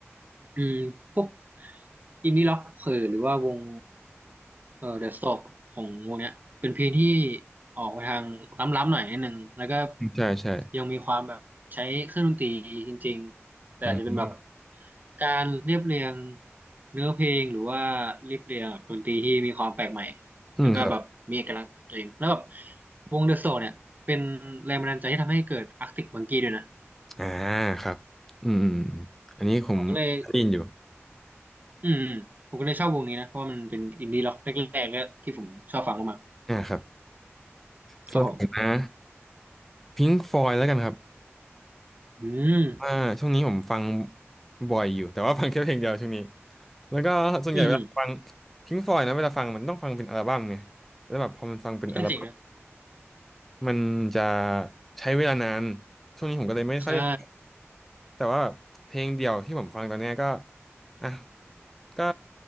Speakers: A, on the right (about 40°); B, in the centre.
A: อืมพวกอินดี้ร็อกเออหรือว่าวงเออเดอะสโตกของวงเนี้ยเป็นเพลงที่ออกไปทางล้ำๆหน่อยนิดนึงแล้วก็
B: ใช่ใช่
A: ยังมีความแบบใช้เครื่องดนตรีจริงๆแต่อาจจะเป็นแบบ
B: อืม
A: การเรียบเรียงเนื้อเพลงหรือว่าเรียบเรียงแบบดนตรีที่มีความแปลกใหม่
B: อืมครับ
A: แล้วก็แบบมีเอกลักษณ์ของตัวเองแล้วแบบวงเดอะสโตกเนี่ยเป็นแรงบันดาลใจที่ทำให้เกิดอาร์ติกมังกี้ด้วยนะ
B: อ่าครับอืมอืมอมอันนี้ผมได้ยินอยู่
A: ผมก็เลย อืมอืมผมก็เลยชอบวงนี้นะเพราะว่ามันเป็นอินดี้ร็อกแรกๆก็ที่ผมชอบฟังมาก
B: อ่าครับ
A: ๆครับผม
B: สำหรับผมนะ พิงค์ฟอยแล้วกันครับ
A: อืม
B: อ่าช่วงนี้ผมฟังบ่อยอยู่ แต่ว่าฟังแค่เพลงเดียวช่วงนี้แล้วก็ส่วนใหญ่เวลาฟัง
A: อืมอืม
B: พิงค์ฟอยนะเวลาฟังมันต้องฟังเป็นอัลบั้มไงแล้วแบบพอมันฟังเป็นอัลบั้ม
A: ก็เจ๋งนะ
B: มันจะใช้เวลานาน ช่วงนี้ผมก็เลยไม่ค่อยได้
A: ใช่
B: แต่ว่าเพลงเดียวที่ผมฟังตอนเนี้ยก็อ่ะก็